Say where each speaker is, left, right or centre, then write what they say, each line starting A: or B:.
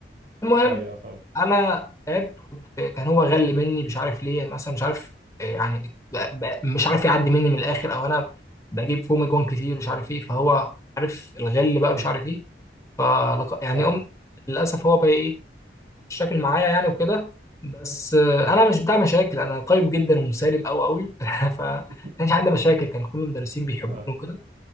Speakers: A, on the left (about 15°); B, on the right (about 45°).
A: المهم
B: ايوه فاهمك
A: انا تعبت كنت كان هو غل مني مش عارف ليه مثلا مش عارف يعني ب- ب- مش عارف يعدي مني من الاخر او انا بجيب فومي جون كتير مش عارف ايه فهو عارف الغل بقى
B: امم
A: مش عارف ايه فلق... يعني
B: ايوه
A: أم... للاسف هو بقى ايه الشكل معايا يعني وكده بس آه،
B: امم
A: انا مش بتاع مشاكل انا طيب جدا ومسالم قوي قوي <laughs> فما
B: <laughs>
A: كانش عندي مشاكل كان كل المدرسين بيحبوني
B: اه
A: وكده